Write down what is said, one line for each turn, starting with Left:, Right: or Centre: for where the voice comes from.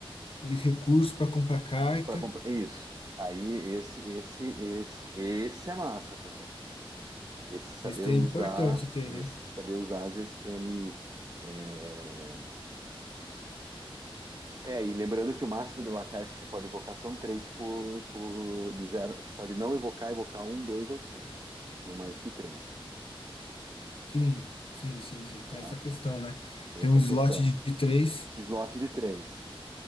Left: e recurso para comprar carta.
Right: para comprar isso. Aí esse, esse, esse, esse é massa, cara. Esse saber
Left: Esse daí
Right: usar,
Left: é importante ter,
Right: esse
Left: né?
Right: saber usar, às vezes tem ali é, É, e lembrando que o máximo de lacaios que você pode evocar são três por, por de zero. Você pode não evocar, evocar um, dois ou três. Não mais do que três,
Left: Sim, sim, sim, sim. Tem
Right: tá?
Left: essa questão, né?
Right: Tem
Left: Tem
Right: essa
Left: um slot
Right: questão.
Left: de, de três.
Right: Slot de três,